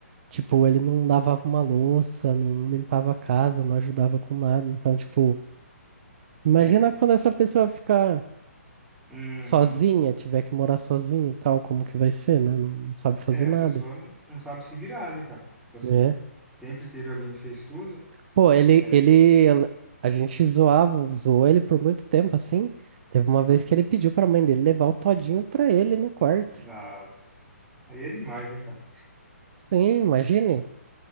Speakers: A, on the right; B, in the centre.
A: Tipo, ele não lavava uma louça, não limpava a casa, não ajudava com nada. Então, tipo, imagina
B: É.
A: quando essa pessoa ficar
B: Uhum.
A: sozinha, tiver que morar sozinha e tal, como que vai ser, né? Não, não sabe fazer
B: É,
A: nada,
B: a pessoa não, não sabe se virar, né, cara? Tipo assim,
A: né?
B: sempre teve alguém que fez tudo.
A: Pô, ele,
B: É,
A: ele, ela- a gente zoava, zoou ele por muito tempo, assim. Teve uma vez que ele pediu pra mãe dele levar o todinho pra ele no quarto.
B: nas... Aí é demais, né, cara?
A: Sim, imagine.